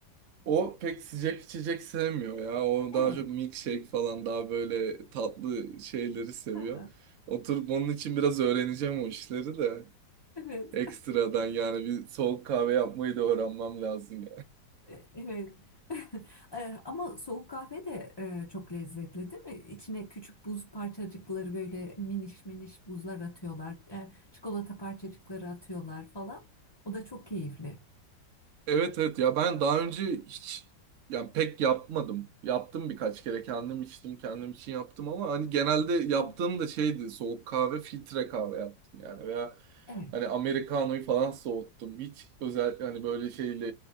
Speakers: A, on the right (about 55°); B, on the left (about 25°).
A: o pek sıcak içecek sevmiyor ya. O daha
B: Evet.
A: çok milkshake falan daha böyle tatlı şeyleri seviyor.
B: <laughs>
A: Oturup onun için biraz öğreneceğim o işleri de.
B: Evet.
A: Ekstradan yani bir soğuk kahve yapmayı da öğrenmem lazım
B: E, Evet. <laughs> Eh, Ama soğuk kahve de eh, çok lezzetli değil mi? İçine küçük buz parçacıkları böyle miniş miniş buzlar atıyorlar. Eh, Çikolata parçacıkları atıyorlar falan. O da çok keyifli.
A: Evet evet ya ben daha önce hiç yani pek yapmadım. Yaptım birkaç kere kendim içtim kendim için yaptım ama hani genelde yaptığım
B: Evet.
A: da şeydi soğuk kahve filtre kahve yaptım yani veya
B: Evet.
A: hani Americano'yu falan soğuttum. Hiç özellikle hani böyle şeyli